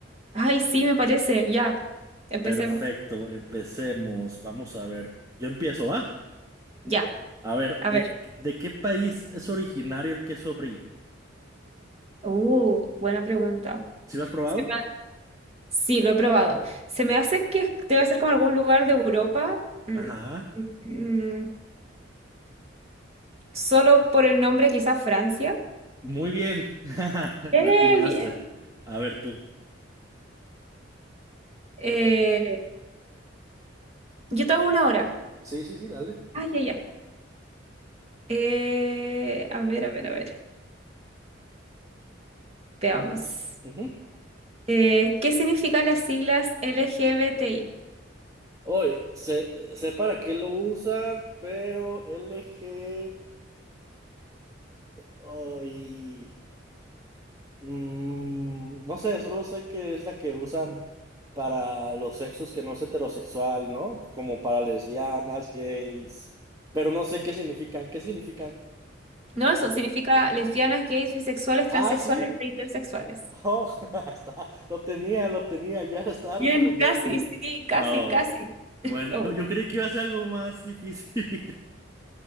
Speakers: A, on the right; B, on the right.
A: Ay, sí, me parece. Ya, empecemos.
B: Perfecto, empecemos. Vamos a ver. Yo empiezo, ¿va?
A: Ya,
B: A ver,
A: a
B: ¿de,
A: ver.
B: de qué país es originario el queso brie?
A: Uh, buena pregunta.
B: ¿Sí lo has probado?
A: Se me- Sí, lo he probado. Se me hace que es- debe ser como algún lugar de Europa. Mm,
B: Ajá.
A: mm, solo por el nombre, quizás Francia.
B: Muy bien. <laughs>
A: Eh,
B: Latinaste.
A: bien.
B: A ver tú.
A: Eh,
B: Perfecto.
A: yo te hago una hora.
B: Sí, sí, sí, dale.
A: Ay, ya, ya. Eh, a ver, a ver, a ver. Veamos.
B: Ujú.
A: Eh, ¿qué significan las siglas LGBTI?
B: Hoy, sé, sé para qué lo usan, pero LGBT, hoy, mm, no sé, solo sé que es la que usan para los sexos que no es heterosexual, ¿no? Como para lesbianas, gays, pero no sé qué significan, ¿qué significan?
A: No, eso
B: Sí.
A: significa lesbianas, gays, bisexuales, transexuales
B: Ah, sí,
A: e intersexuales.
B: oh, <laughs> está, lo tenía, lo tenía, ya estaba respondiendo.
A: Bien, casi, sí, casi,
B: Oh,
A: casi.
B: bueno,
A: <laughs> Oh,
B: no, yo creí que iba a ser algo más difícil.